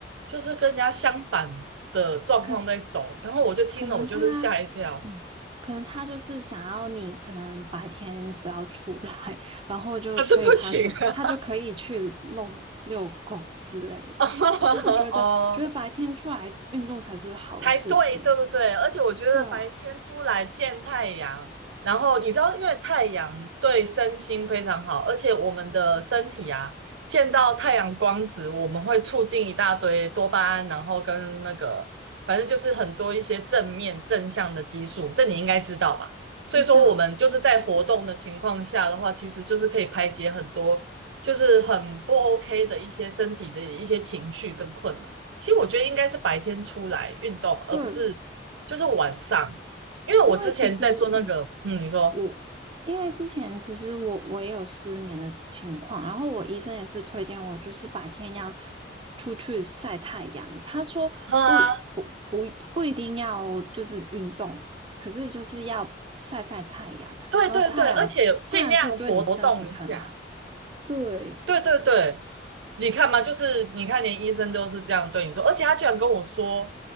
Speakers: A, on the right (about 85°); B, on the right (about 30°).
A: 就是跟人家相反的状况在走。
B: 可
A: 然后我就听了，
B: 可能他，
A: 我就是吓一跳，
B: 嗯，可能他就是想要你，可能白天不要出来，然后就可以，
A: 可是不行啊。
B: 他就他就可以去遛遛狗之类的。
A: <laughs>
B: 可是我觉得，
A: 哦哦
B: 觉得白天出来运动才是好的事情。
A: 才对，对不对？而且我觉得白天出来见太阳，
B: 对啊，
A: 然后你知道，因为太阳对身心非常好，而且我们的身体啊，见到太阳光子，我们会促进一大堆多巴胺，然后跟那个，反正就是很多一些正面正向的激素，这你应该知道吧？所以说，
B: 知道，
A: 我们就是在活动的情况下的话，
B: 对对
A: 其实就是可以排解很多，就是很不 OK 的一些身体的一些情绪跟困扰。其实我觉得应该是白天出来运动，而不是就是晚上，
B: 对，
A: 因为我之前在做那个，
B: 因为其实，嗯，
A: 嗯，你说，
B: 我因为之前其实我我也有失眠的情况，然后我医生也是推荐我，就是白天要出去晒太阳。他说不不不不一定要就是运动，
A: 哼啊，
B: 可是就是要晒晒太阳。
A: 对对对，
B: 然后太阳太阳是对你身体很好。
A: 而且尽量活活动一下，
B: 对，
A: 对对对，你看嘛，就是你看连医生都是这样对你说，而且他居然跟我说，